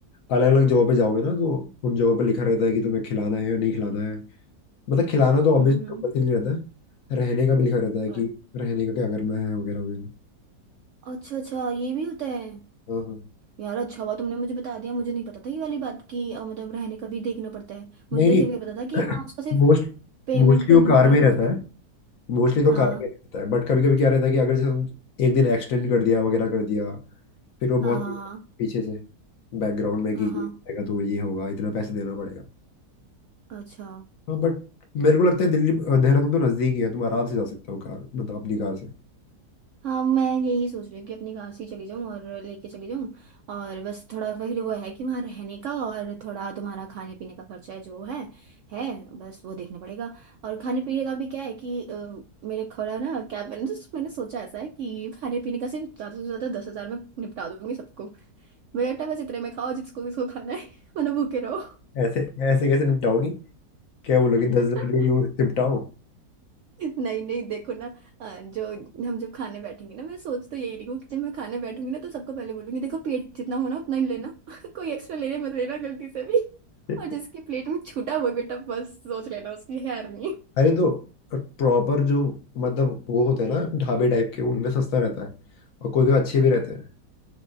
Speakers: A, on the left; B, on the right.
A: अलग अलग जगहों पे जाओगे ना तो उन जगहों पे लिखा रहता है कि तुम्हें खिलाना है या नहीं खिलाना है मतलब खिलाना तो ऑब्वियसली
B: हम्म हम्म
A: कंपल्सरी नहीं रहता है रहने का भी लिखा रहता है कि
B: अ-
A: रहने का क्या करना है वगैरह वगैरह
B: अच्छा अच्छा ये भी होता है
A: हाँ हाँ
B: यार अच्छा हुआ तुमने मुझे बता दिया मुझे नहीं पता था ये वाली बात की अ, मतलब रहने का भी देखना पड़ता है मुझे
A: नहीं
B: तो
A: नहीं
B: सिर्फ ये पता था कि हाँ उसको
A: <clears throat>
B: सिर्फ
A: मोस्ट
B: पेमेंट
A: मोस्टली
B: करनी
A: वो
B: होती
A: कार में
B: है
A: ही
B: बस
A: रहता
B: उसे
A: है मोस्टली तो
B: हाँ
A: कार में रहता है बट कभी कभी क्या रहता है कि अगर जैसे हम एक दिन एक्सटेंड कर दिया वगैरह कर दिया फिर वो बहुत
B: हाँ हाँ
A: पीछे से बैकग्राउंड में कि
B: हाँ हाँ हाँ
A: ये आएगा तो ये होगा इतना पैसे देना पड़ेगा
B: अच्छा
A: हाँ बट मेरे को लगता है दिल्ली देहरादून तो नज़दीक ही है तुम आराम से जा सकते हो कार मतलब अपनी कार से
B: हाँ मैं यही सोच रही हूँ कि अपनी कार से ही चली जाऊँ और लेके चली जाऊँ और बस थोड़ा फिर वो है कि वहाँ रहने का और थोड़ा तुम्हारा खाने पीने का खर्चा है जो है है बस वो देखना पड़ेगा और खाने पीने का भी क्या है कि अ, मेरे थोड़ा ना क्या मैंने मैंने सोचा ऐसा है कि खाने पीने का सिर्फ ज़्यादा से ज़्यादा दस हज़ार में निपटा दूंगी सबको बेटा बस इतने में खाओ जिसको जिसको खाना है <laughs> वरना भूखे रहो
A: ऐसे ऐसे कैसे निपटाओगी क्या बोलोगी
B: <laughs>
A: दस हजार लेके वो निपटाओ
B: नहीं नहीं देखो ना अ, जो हम जब खाने बैठेंगे ना मैं सोच तो यही रही हूँ कि जब मैं खाने बैठूंगी ना तो सबको पहले बोलूंगी देखो पेट जितना होना उतना ही लेना <laughs> कोई एक्स्ट्रा लेने मत लेना गलती से भी
A: <laughs>
B: और जिसकी प्लेट में छूटा वो बेटा बस सोच लेना उसकी खैर नहीं
A: अरे तो प्रॉपर जो मतलब वो होता है ना ढाबे टाइप के उनमें सस्ता रहता है और कोई कोई अच्छे भी रहते हैं